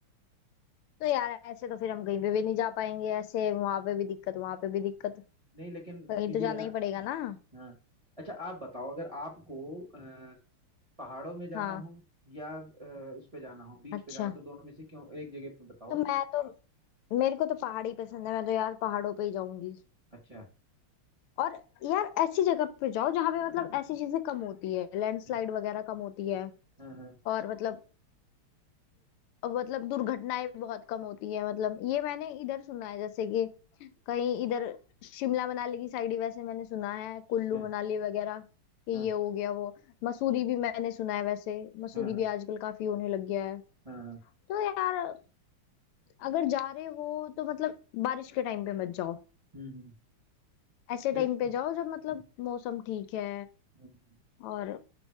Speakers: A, on the left; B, on the right.
A: तो यार ऐसे तो फिर हम कहीं पे भी नहीं जा पाएंगे ऐसे वहां पे भी दिक्कत वहां पे भी दिक्कत
B: नहीं लेकिन
A: कहीं तो
B: ये
A: जाना
B: है ना
A: ही पड़ेगा ना
B: हाँ अच्छा आप बताओ अगर आपको अ, पहाड़ों में जाना
A: हाँ
B: हो या अ, उस पे जाना हो बीच
A: अच्छा
B: पे जाना हो, तो दोनों में से क्यों एक जगह पे बताओ
A: तो मैं तो मेरे को तो पहाड़ ही पसंद है मैं तो यार पहाड़ों पे ही जाऊंगी
B: अच्छा
A: और यार ऐसी जगह पे जाओ जहाँ पे मतलब ऐसी चीजें कम होती है लैंडस्लाइड
B: हम्म,
A: वगैरह कम होती है
B: हाँ हाँ
A: और मतलब मतलब दुर्घटनाएं बहुत कम होती है मतलब ये मैंने इधर सुना है जैसे कि कहीं इधर शिमला मनाली की साइड ही वैसे मैंने सुना है कुल्लू
B: हाँ
A: मनाली वगैरह कि
B: हाँ
A: ये हो गया वो मसूरी भी मैंने सुना है वैसे मसूरी
B: हाँ हाँ
A: भी आजकल काफी होने लग गया है
B: हाँ,
A: तो यार अगर जा रहे हो तो मतलब बारिश के टाइम पे मत जाओ
B: हम्म हम्म
A: ऐसे
B: ले-
A: टाइम पे जाओ जब मतलब
B: हम्म,
A: मौसम ठीक है
B: हम्म। हम्म।
A: और